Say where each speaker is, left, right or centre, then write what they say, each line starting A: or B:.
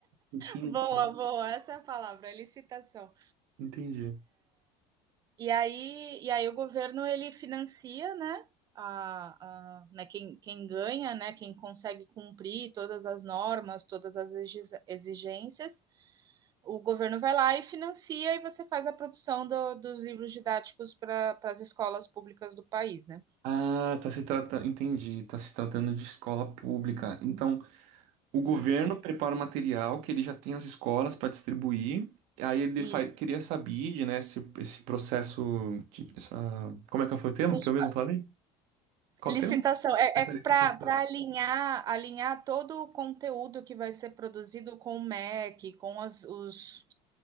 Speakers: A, on the right (about 65°); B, on the right (about 30°).
A: entendi,
B: Boa, boa, essa é a palavra, licitação.
A: entendi.
B: E aí, e aí o governo ele financia, né? A, a, né quem, quem ganha, né? Quem consegue cumprir todas as normas, todas as exigências, o governo vai lá e financia e você faz a produção do, dos livros didáticos para as escolas públicas do país, né?
A: Ah, tá se tratando, entendi, tá se tratando de escola pública. Então, o governo
B: Isso,
A: prepara o material que ele já tem as escolas para distribuir. Aí ele
B: isso.
A: fa- queria essa BID, né? Esse, esse processo, de- essa, como é que foi o termo
B: Com os,
A: que eu mesmo falei? Qual
B: licitação
A: o termo?
B: é,
A: Essa
B: é para
A: licitação.
B: alinhar alinhar todo o conteúdo que vai ser produzido com o MEC, com as, os,